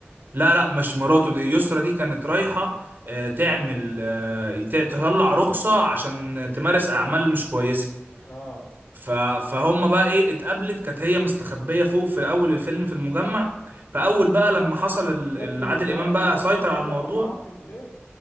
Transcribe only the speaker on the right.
لا لا مش مراته دي يسرا دي كانت رايحة آه، تعمل آه، ت- تطلع رخصة عشان تمارس أعمال مش كويسة
ف- فهم بقى إيه اتقابلت كانت هي مستخبية فوق في أول الفيلم في المجمع فأول بقى لما حصل ال-
ال-
عادل
إمام
بقى سيطر
على
الموضوع